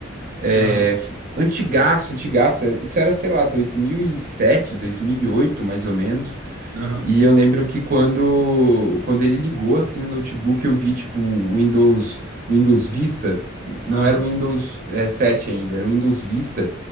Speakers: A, on the right; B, on the right.
A: é,
B: Aham.
A: antigaço, antigaço. era- Isso era, sei lá, dois dois mil mil e sete, dois mil e oito, mais ou menos.
B: Aham.
A: E eu lembro que quando, quando ele ligou, assim, o notebook, eu vi, tipo, o Windows, o Windows Vista. N- Não
B: Aham.
A: era o Windows, é, 7 ainda, era o Windows Vista.